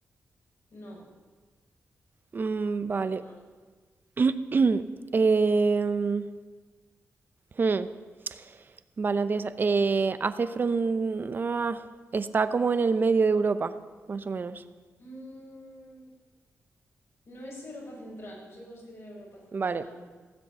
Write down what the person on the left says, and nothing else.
No,
no, no, no.
Mm, No es Europa Central, no se considera Europa Central.